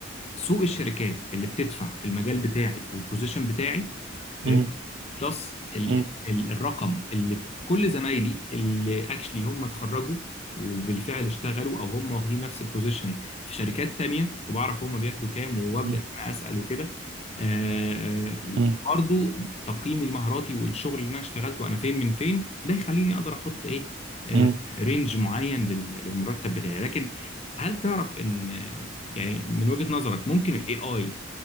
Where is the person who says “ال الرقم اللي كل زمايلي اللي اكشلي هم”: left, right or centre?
Left